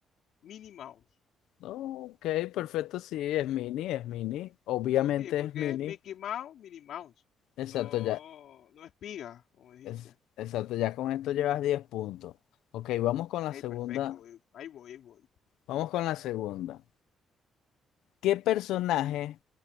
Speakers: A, on the left (about 70°); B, on the left (about 85°).
A: Minnie Mouse.
B: Ok, perfecto, sí, es Minnie, es Minnie. Obviamente
A: Sí, porque
B: es Minnie.
A: es Mickey Mouse, Minnie Mouse.
B: Exacto,
A: No,
B: ya,
A: no es piga, como dijiste.
B: Es- exacto, ya con esto llevas 10 puntos. Ok, vamos con la
A: Ok,
B: segunda.
A: perfecto. güey. Ahí voy, ahí voy.
B: Vamos con la segunda. ¿Qué personaje?